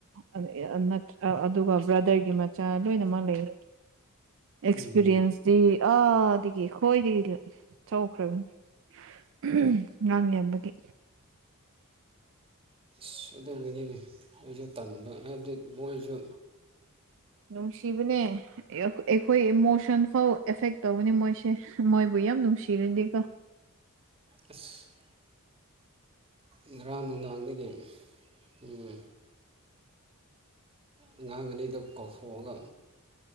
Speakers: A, on the right (about 60°); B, on the right (about 25°).
A: ꯑꯟ ꯑꯦ ꯑꯟ ꯅꯠ ꯑ ꯑꯗꯨꯒ ꯕ꯭ꯔꯥꯗꯔꯒꯤ ꯃꯆꯥ ꯂꯣꯏꯅꯃꯛ ꯂꯩꯌꯦ ꯑꯦꯛꯁꯄꯤꯔꯤꯌꯦꯟꯁꯇꯤ
B: ꯎꯝ
A: ꯑꯥꯗꯒꯤ ꯈꯣꯏꯗꯒꯤ ꯇꯧꯈ꯭ꯔꯕꯅꯤ ꯎꯝ ꯉꯥꯡ ꯅꯦꯝꯕꯒꯤ
B: ꯑꯁ ꯑꯗꯨꯒꯤꯅꯤꯅꯦ ꯑꯩꯁꯨ ꯇꯟꯕ ꯍꯥꯏꯕꯗꯤ ꯃꯣꯏꯖꯨ
A: ꯅꯨꯡꯁꯤꯕꯅꯦ ꯑꯦ ꯑꯩꯈꯣꯏ ꯏꯃꯣꯁꯟ ꯐꯥꯎ ꯑꯦꯐꯦꯛ ꯇꯧꯅꯤ ꯃꯣꯏꯁꯦ ꯃꯣꯏꯕꯨ ꯌꯥꯝ ꯅꯨꯡꯁꯤꯔꯗꯤꯀꯣ
B: ꯑꯁ ꯉꯔꯥꯡ ꯅꯨꯡꯗꯥꯡꯗꯒꯤ ꯎꯝ ꯑꯉꯥꯡ ꯑꯅꯤꯗꯣ ꯀꯧꯊꯣꯛꯑꯒ